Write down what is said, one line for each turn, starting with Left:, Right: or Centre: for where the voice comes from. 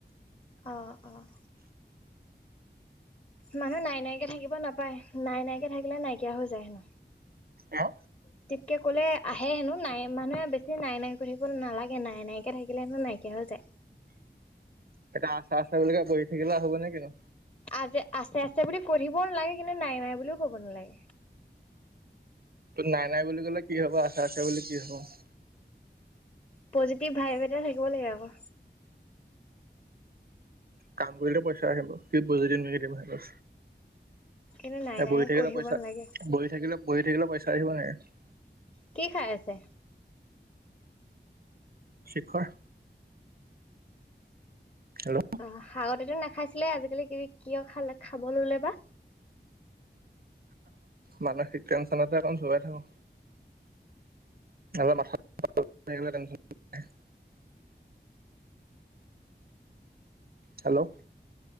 Left: অঁ অঁ মানুহ নাই নাইকে থাকিব নাপায়, নাই নাইকে থাকিলে নাইকিয়া হৈ যায় হেনো।
Right: হা
Left: কে ক'লে আহে হেনো নাই মানুহে বেছি নাই নাইকৈ থাকিব নালাগে নাই নাইকৈ থাকিলে হেনো নাইকিয়া হৈ যায়।
Right: এটিয়া আচা আচা বুলি কৈ বহি থাকিলে হ'ব নে কিনো।
Left: আজ আছে আছে বুলি কৈ নালাগে, কিন্তু নাই নাই বুলিও ক'ব নালাগে।
Right: তোৰ নাই নাই বুলি ক'লে কি হ'ব আছে আছে বুলি কি হব।
Left: পজিটিভ ভাইভ এটা থাকিব লাগে আকৌ।
Right: কাম কৰিলে পইচা আহিব কি বজি দিকে দিম ভছ।
Left: কিন্তু নাই নাই
Right: বহি থাকিলে
Left: কৈ থাকিব
Right: পইচা
Left: নালাগে
Right: বহি থাকিলে বহি থাকিলে পইচা আহিব নেকি।
Left: কি খাই আছে?
Right: শিখৰ। হেল্ল'?
Left: অ আগতেতো নাখাইছিলে আজিকালি কিব কিয় খাল খাব ল'লে বা?
Right: মানসিক টেনচনতে অকন চবাই থাকো। লো <unintelligible> হেল্ল'?